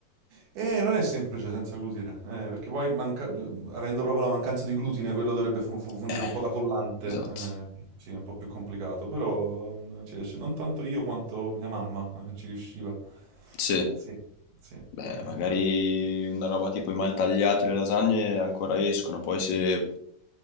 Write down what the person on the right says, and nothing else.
Eh, non è semplice senza glutine, eh, perché poi manca- avendo proprio la mancanza di glutine, quello dovrebbe fu- fu- fungere
un po' da collante.
eh, sì, è un po' più complicato, però non ci riesce. Non tanto io quanto mia mamma eh, ci riusciva.
Sì, sì.
eh.